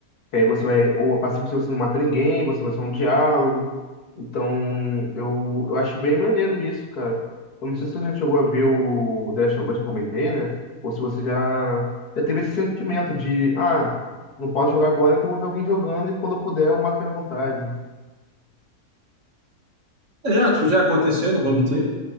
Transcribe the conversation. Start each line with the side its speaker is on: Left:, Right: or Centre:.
Left: que aí você vai, ou a pacifista você não mata ninguém, você vai só um diálogo. Então, eu, eu acho bem maneiro isso, cara. Eu não sei se você já chegou a ver o The Last of Us que eu comentei, né? Ou se você já, já teve esse sentimento de, ah, não posso jogar agora, então vou ver alguém jogando e quando eu puder eu mato minha vontade.
Right: É, Já, já aconteceu, não vou mentir.